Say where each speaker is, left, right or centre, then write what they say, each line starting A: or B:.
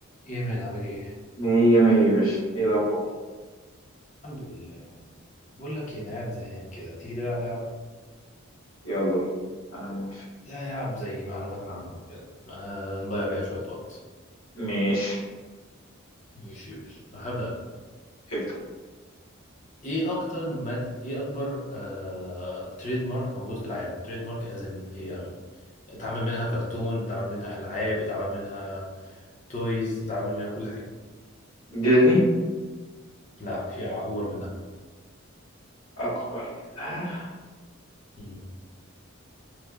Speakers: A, on the left; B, on the left.
A: ايه يا مان عامل ايه؟
B: مية مية يا باشا ايه الأخبار
A: الحمد لله الحمد لله بقول لك إيه، انا قاعد زهقان كده تيجي تلعب لعبة؟
B: يلا بينا أنا موافق
A: يعني نلعب زي معلومات عامة وكده ما نضيع بيها شوية وقت
B: ماشي
A: ماشي ماشي هبدأ انا
B: ابدأ
A: ايه اكتر ما ايه اكبر آه... تريد مارك موجود في العالم؟ تريد مارك ازن هي اتعمل منها كرتون اتعمل منها العاب اتعمل منها تويز اتعمل منها كل حاجة
B: ديزني
A: لا في اكبر منها
B: أكبر منها
A: مم.